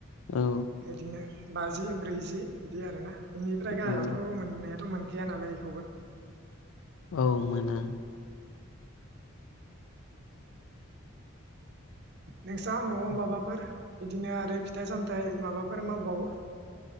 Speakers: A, on the left; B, on the right.
A: औ
B: इदिनो बाजि ब्रैजि बिदि आरोना। बेनिफ्राय गाहायावथ'
A: औ
B: मोननाया मोनखाया नालाय। खौबो।
A: औ मोना।
B: नोंसा न'आव माबाफोर इदिनो आरो फिथाइ सामथाय माबाफोर मावबावो?